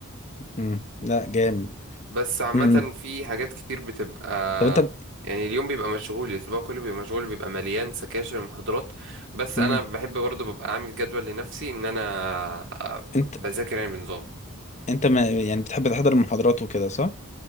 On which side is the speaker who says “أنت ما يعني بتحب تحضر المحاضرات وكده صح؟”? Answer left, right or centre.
Left